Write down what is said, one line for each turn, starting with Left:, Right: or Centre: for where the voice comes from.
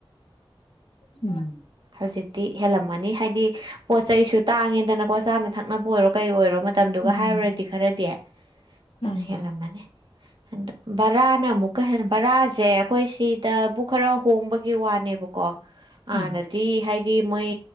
Left: ꯎꯝ <inaudible>
Right: ꯍꯧꯖꯤꯛꯇꯤ ꯍꯦꯜꯂꯝꯃꯅꯤ ꯍꯥꯏꯗꯤ ꯄꯣꯠ ꯆꯩꯁꯨ ꯇꯥꯡꯉꯦꯗꯅꯀꯣ ꯆꯥꯅ ꯊꯛꯅꯕ ꯑꯣꯏꯔꯣ ꯀꯩ ꯑꯣꯏꯔꯣ ꯃꯇꯝꯗꯨꯒ
Left: ꯃꯥꯅꯤ
Right: ꯍꯥꯏꯔꯨꯔꯗꯤ ꯈꯔꯗꯤ ꯑꯗꯨꯅ
Left: ꯃꯥꯅꯤ ꯃꯥꯅꯤ
Right: ꯍꯦꯜꯂꯝꯃꯅꯤ ꯑꯗꯣ ꯕꯔꯥꯅ ꯑꯃꯨꯛꯀ ꯍꯦꯟꯅ ꯕꯔꯥꯖꯦ ꯑꯩꯈꯣꯏ ꯁꯤꯗꯕꯨ ꯈꯔ ꯍꯣꯡꯕꯒꯤ ꯋꯥꯅꯦꯕꯀꯣ
Left: ꯎꯝ
Right: ꯑꯥꯗꯗꯤ ꯍꯥꯏꯗꯤ ꯃꯣꯏ